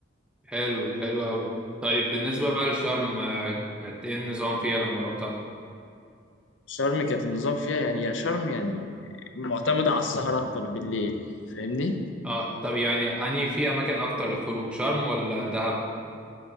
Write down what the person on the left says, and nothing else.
وشرم كانت النظام فيها يعني يا شرم يعني معتمدة على السهر أكتر بالليل فاهمني؟